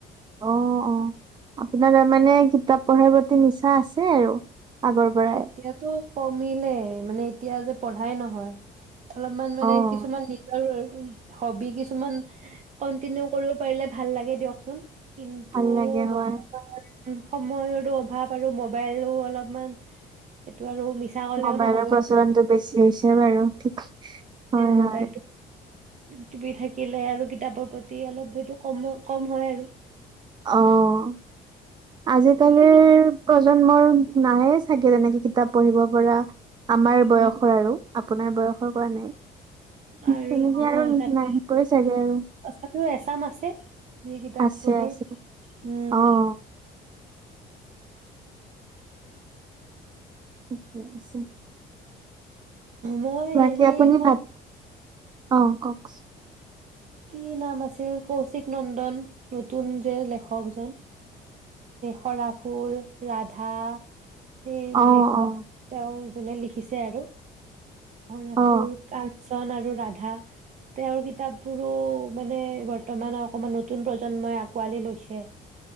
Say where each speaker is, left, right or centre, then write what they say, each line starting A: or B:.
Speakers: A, on the right (about 25°); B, on the right (about 45°).
A: অ', অ, আপোনাৰ তাৰ মানে কিতাপ পঢ়াৰ প্ৰতি নিছা আছে। আৰু আগৰ পৰাই,
B: এতিয়াতো কমিলে মানে এতিয়া যে পঢ়াই নহয়। অলপমান মানে
A: অ',
B: কিছুমান নিজৰ হবি কিছুমান কন্টিনিউ কৰিব পাৰিলে ভাল লাগে। দিয়কচোন। কিন্তু,
A: ভাল লাগে
B: বৰ্তমান
A: হয়,
B: সময়ৰো অভাৱ আৰু মোবাইলো অলপমান সেইটো আৰু মিছা কলেও
A: মোবাইলৰ
B: নহব
A: প্ৰচলনটো বেছি হৈছে বাৰু ঠিক, হয়,
B: মবাইলটো
A: হয়,
B: টিভপ থাকিলে, আৰু কিতাপৰ প্ৰতি অলপ সেইটো কম কম হয়। আৰু
A: অ', আজিকালিৰ
B: বাকী
A: প্ৰজন্মৰ নায়ে চাগে তেনেকে কিতাপ পঢ়িব পৰা আমাৰ বয়সৰ
B: উম
A: আৰু আপোনাৰ বয়সৰ কোৱা নাই।
B: আৰু
A: তেনেকে
B: অ',
A: আৰু
B: তাকে
A: নাহিবই চাগে আৰু
B: তথাপিও এছাম আছে। এই কিতাপ
A: আছে,
B: পঢ়ে।
A: আছে,
B: উম
A: অ' থিকে আছে।
B: মই
A: বাকী
B: হেৰিখন
A: আপুনি ভাত অ, কওকচোন
B: কি নাম আছিল? কৌশিক নন্দন নতুন যে, লেখকজন সৰা ফুল, ৰাধা সেই
A: অ
B: লেখক
A: অ
B: তেওঁৰ যোনে লিখিছে আৰু অৰ্ণফুল
A: অ
B: ক ৰন আৰু ৰাধা তেওঁৰ কিতাপ বোৰো মানে বৰ্তমান অকমান নতুন প্ৰজন্মই আঁকোৱালি লৈছে।